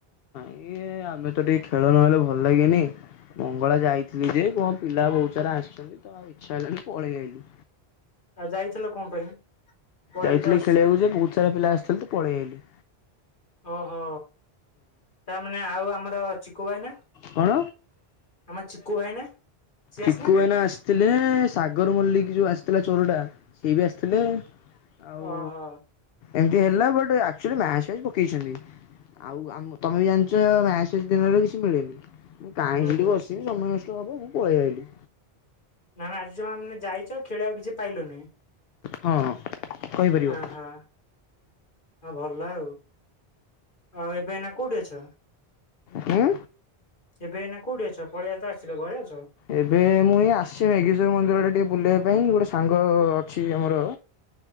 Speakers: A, on the left; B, on the left.
A: ଇଏ ଆମେ ତ ଟିକେ ଖେଳ ନହେଲେ ଭଲ ଲାଗେନି। ମଙ୍ଗଳା ଯାଇଥିଲି ଯେ କଣ ପିଲା ବହୁତ ସାରା ଆସିଛନ୍ତି ତ ଆଉ ଇଚ୍ଛା ହେଲାଣି ପଳେଇ ଆାଇଲି।
B: ଆଉ ଯାଇଥିଲ କଣ ପାଇଁ? ପଳେଇ
A: ଯାଇଥିଲି
B: ତ ଆସୁଛୁ
A: ଖେଳିବାକୁ ଯେ ବହୁତ ସାରା ପିଲା ଆସିଥିଲେ, ତ ପଳେଇଆଇଲି।
B: ଓହୋ ତାମାନେ ଆଉ ଆମର ଚିକୁୁ ଭାଇନା?
A: କଣ
B: ଆମ ଚିକୁୁ ଭାଇନା। ସିଏ
A: ଚିକୁ
B: ଆସିନାହାନ୍ତି?
A: ଭାଇନା ଆସିଥିଲେ, ସାଗର ମଲ୍ଲିକ ଯୋଉ ଆସିଥିଲା ଚୋରଟା ସେ ବି ଆସିଥିଲେ ଆଉ
B: ଓହୋ।
A: ଏମିତି ହେଲା ବଟ୍ ଆକଚୁଲ୍ଲୀ ମ୍ୟାଚ୍ ଆଜି ପକେଇଛନ୍ତି। ଆଉ ଆ ତମେ ବି ଜାଣିଛ ମ୍ୟାଚ ଯେତେବେଳେ କିଛି ମିଳେନି ମୁଁ କାହିଁ
B: ହୁଁ
A: ସେଠି
B: ହୁଁ
A: ବସିବି ସମୟ ନଷ୍ଟ ହବ ମୁଁ ପଳେଇ ଆଇଲିି।
B: ନା ଆଜି ତମେ ମାନେ ଯୋଉ ଯାଇଛ, ଖେଳିବାକୁ କିଛି ପାଇଲନି।
A: ହଁ। କହିପାରିବ
B: ହଁ ହୋ। ଆଉ ଭଲ ଆଉ। ଆଉ ଏବେ ଏଇନା କଉଠି ଅଛ?
A: ହୁଁ?
B: ଏବେ ନା କୋଉଠି ଅଛ ପଳଆ ତ ଆସିଲ ଘରେ ଆଉ?
A: ଏବେ ମୁଁ ଏଇ ଆସିଛି, ମେଗେଶ୍ଵର ମନ୍ଦିର ଆଡ଼େ ଟିକେ ବୁଲିବା ପାଇଁ ଗୋଟେ ସାଙ୍ଗ ଅଛି ଆମର